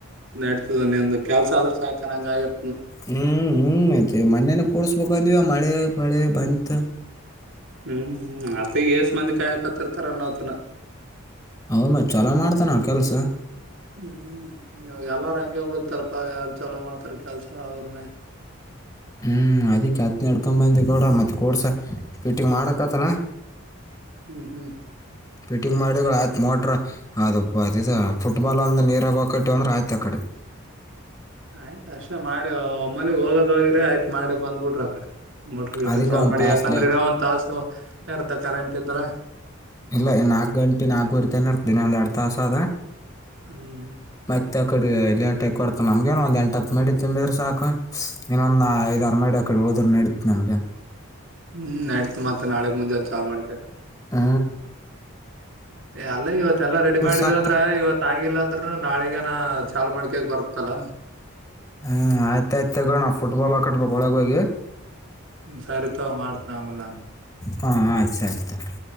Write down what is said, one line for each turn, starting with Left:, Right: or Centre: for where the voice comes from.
Right: ನೆಡ್ತದಿ ನಿಂದು ಕೆಲಸ ಆದ್ರ ಸಾಕ ಅನ್ನಾಂಗ ಆಗಿರ
Left: ಹ್ಮ್ ಹ್ಮ್ ಆಯ್ತ್ ಮೊನ್ನೆನೆ ಕೂಡ್ಸ್ಬೇಕಂದ್ವಿ ಮಳೆ ಪಳೆ ಬಂತ
Right: ಹ್ಮ್ ಹ್ಮ್ ಅತ್ತ ಈ ಏಷ್ಟ ಮಂದಿ ಕಾಯಾ ಕಾಯಕತೀರತಾರ್ ಅನಂತೇನ
Left: ಅವನ ಚಲೋ ಮಾಡ್ತನ ಕೆಲಸ
Right: ಹ್ಮ್ಮ್ ಇವಾಗ ಎಲ್ಲಾರ ಹಂಗೆ ಹುಡುಕಾತರ್ಪ ಯಾರ್ ಚಲ ಮಾಡ್ತಾರ ಕೆಲ್ಸ ಅವ್ರನೆೇ <unintelligible>
Left: ಹ್ಞೂ ಅದಕ್ಕೆ ಆತ್ತನ ಹಿಡ್ಕೊಂಡ ಬಂದೆ ಕೊಡ ಮತ್ತೆ ಕೋಡ್ಸ ಫಿಟ್ಟಿಂಗ್ ಮಾಡಕತ್ತನಾ
Right: ಹ್ಮ್ ಹ್ಮ್
Left: ಫಿಟಿಂಗ್ ಮಾಡಿದರ ಆಯ್ತು ಮೋಟ್ರ ಅದು ಅದು ಫುಟ್ಬಾಲ್ ಒಂದು ನೀರಾಗ ಓಕತೆ ಅಂದ್ರೆ ಆಯ್ತು ಆ ಕಡೆ
Right: <inaudible> ಆಯ್ತ್ ಅಷ್ಟೇ ಮಾಡಿ ಒಮ್ಮಲ್ಲಿ ಹೋಗೋದ ಹೋಗಿರಿ ಆಯ್ತ್ ಮಾಡಿ ಬಂದ್ಬಿಟ್ರಿ ಆ ಕಡೆ ಮೋಟರ್ ಗಿಟ
Left: ಅದಕ್ಕೆ
Right: ಚಾಲೋ
Left: ಒಂದು
Right: ಮಾಡಿ
Left: ತಾಸ್ಲೆ
Right: ಯಾಕಂದ್ರೆ ಇನೋ ಒಂದು ತಾಸು ಎರಡ ಕರೆಂಟ್ ಇದ್ರ
Left: ಇಲ್ಲ ನಾಲ್ಕು ಗಂಟೆ ನಾಲ್ಕುರಿತಾನ ಇರ್ತೀನಿ ಒಂದ ಎರಡು ತಾಸ ಆದ
Right: ಹ್ಮ್
Left: ಮತ್ತೆ ಆ ಕಡೆ ಲೇಟ್ ಆಗ ಕೊಡ್ತ ನಮ್ಗಏನ ಒಂದ ಎಂಟ ಹತ್ ಮ ಮಾಡಡಿ ತುಂಬಿದ್ರೆ ಸಾಕು ಇನ್ನೊಂದ ಐದ ಆರು ಮಡಿ ಅಕಡೆ ಉಳದರ ನಡೆಯುತ್ತ ನಮಗ್ ಏನ್
Right: ಹ್ಮ್ ನೈಡ್ತ್ ಮತ್ತತ್ ನಾಳಗ್ ಮುಂಜೆ ಚಾಲ್ ಮಾಡ್ಕಕ್
Left: ಹ್
Right: ಏ ಅಲ್ಲ ಇವತ್ತೆಲ್ಲಾ ರೆಡಿ ಮಾಡಿದ
Left: ಸಾಕು
Right: ಅಂದ್ರ ಇವತ್ ಆಗಿಲ್ಲಾಂದ್ರರುನು ನಾಳಿಗನಾ ಚಾಲೋ ಮಾಡ್ಕೊಳಕ್ ಬರುತ್ತಲ್ಲ
Left: ಹ್ಮ್ ಆಯ್ತ ಆಯ್ತ ತಗೋಣ ಫುಟ್ಬಾಲ್ ಹಾಕಟ್ಬೇಕಕ್ ಒಳಗ ಹೋಗಿ
Right: ಸರಿ ತಗೋ ಮಾಡ್ತೀನಿ ಆಮೇಲೆ ನಾನೇ
Left: ಹಾ ಆಯ್ತು ಸರಿ ತೊಗೊ